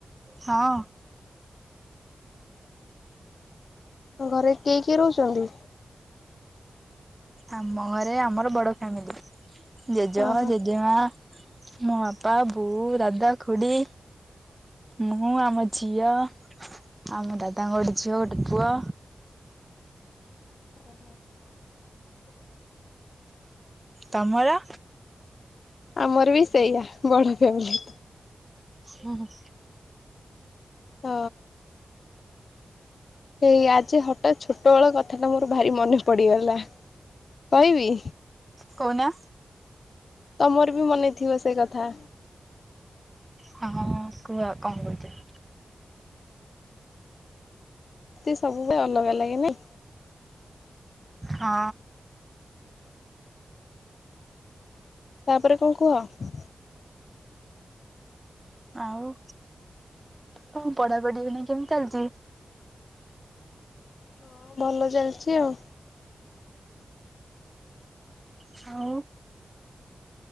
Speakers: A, on the right (about 20°); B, on the left (about 70°).
A: ହଁ।
B: ତମ ଘରେ କିଏ କିଏ ରହୁଛନ୍ତି?
A: ଆମ ଘରେ ଆମର ବଡ ଫ୍ୟାମିଲି ଜେଜେବା
B: ଓହୋ।
A: ଜେଜେମା। ମୋ ବାପା ବୋଉ ଦାଦା ଖୁଡ଼ି। ମୁଁ ଆମ ଝିଅ ଆଉ ମ ଦାଦାଙ୍କ ଗୋଟେ ଝିଅ ଗୋଟେ ପୁଅ।
B: ଓହୋ <inaudible>
A: ତମର?
B: ଆମର ବି ସେଇଆ ବଡ ଫ୍ୟାମିଲି।
A: ହୁଁ ହୁଁ।
B: ହ। ହେଇ ଆଜି ହଠାତ୍ ଛୋଟ ବେଳ କଥା ଟା ମୋର ଭାରି ମନେ ପଡିଗଲା କହିବି?
A: କହୁନ।
B: ତମର ବି ମନେ ଥିବ ସେ କଥା।
A: ହଁ ହଁ ଉଁ କୁହ କଣ କରୁଚ?
B: ତତେ ସବୁବେଳେ ଅଲଗା ଲାଗେ ନା।
A: ହଁ।
B: ତାପରେ କଣ କୁହ?
A: ଆଉ ତମ ପଢାପଢି ଏଇନେ କେମ୍ ଚାଲଚି?
B: ହଁ ଭଲ ଚାଲଚି ଆଉ।
A: ହଉ।